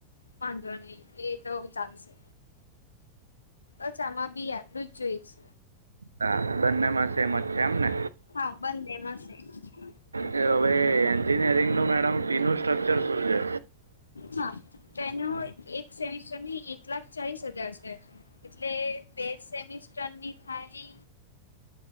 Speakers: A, on the left; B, on the right.
A: વાંધો નહી એ તો ચાલશે અચ્છામાં બી આટલું જ જોઈશ
B: હા બંને માં સેમ જ છે. એમને
A: હા બંને મા સેમ છે
B: હવે એન્જિનિયરિંગ નું મેડમ ફી નું સ્ટ્રક્ચર સુું છે.
A: હા તો એનો એક સેમિસ્ટર ની એક લાખ ચાલીસ હજાર છે. એટલે બે સેમિસ્ટરની થાય